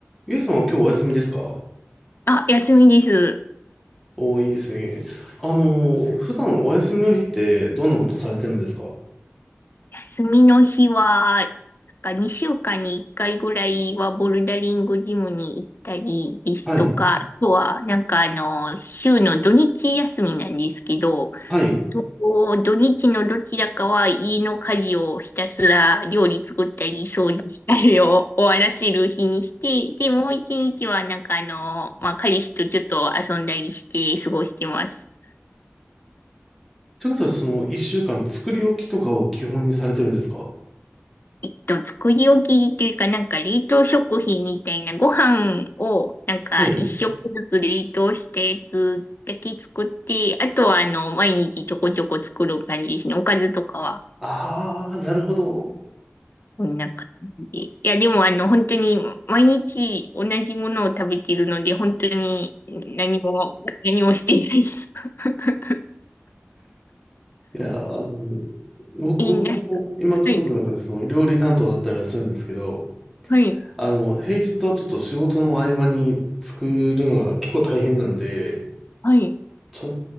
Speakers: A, in the centre; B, on the left.
A: ゆうさんは今日お休みですか
B: あ、休みです。
A: おー、いいですね。あのー普段お休みの日ってどんなことされてるんですか
B: 休みの日は、なんか2週間に1回ぐらいはボルダリングジムに行ったりですとか、
A: はい。
B: あとは、なんかあの、週の土日休みなんですけど、
A: はい。
B: ど土日のどちらかは家の家事をひたすら料理作ったり掃除したりを <laughs> 終わらせる日にして、で、もう一日はなんかあの、まあ、彼氏とちょっと遊んだりして過ごしてます。
A: ということは、その一週間作り置きとかを基本にされてるんですか
B: えっと、作り置きというか、なんか冷凍食品みたいなご飯を、なんか一食ずつ冷凍したやつだけ作って、
A: はい。
B: あとはあの、毎日ちょこちょこ作る感じですね。おかずとかは、
A: あー、なるほど。
B: こんな感じで。いや、でもあの、本当に毎日同じものを食べてるので、本当に何も、何もしていないです。<laughs>
A: いや、あのー僕、
B: いいな。
A: 僕も今家族の中でその料理担当だったりはするんですけど、
B: はい。はい。
A: あの、平日はちょっと仕事の合間に作るのが結構大変なんで、
B: はい。
A: ちょっ